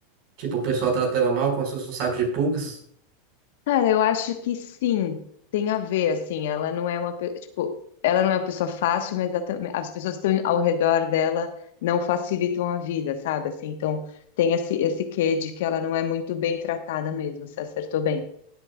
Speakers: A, on the right; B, on the left.
A: Tipo, o pessoal trata ela mal, como se fosse um saco de pulgas.
B: Cara, eu acho que sim, tem a ver, assim, ela não é uma, pe- tipo, ela não é uma pessoa fácil, mas ela tam- as pessoas que estão ao redor dela não facilitam a vida, sabe? Assim, então tem esse, esse quê de que ela não é muito bem tratada mesmo, você acertou bem.